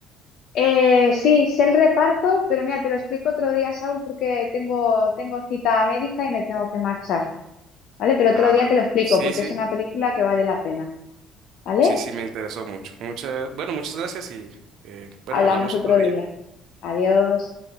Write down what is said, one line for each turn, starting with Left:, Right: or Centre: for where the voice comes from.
Left: Eh, sí, sé el reparto, pero mira, te lo explico otro día, Saúl, porque tengo, tengo cita médica y me tengo que marchar, ¿vale? Pero otro
Right: Ah,
Left: día
Right: va.
Left: te lo explico,
Right: Sí,
Left: porque
Right: sí,
Left: es una película que vale la pena, ¿vale?
Right: sí, sí, me interesó mucho. Mucha, bueno, muchas gracias y eh, bueno,
Left: Hablamos
Right: hablamos
Left: otro
Right: otro día.
Left: día. Adiós.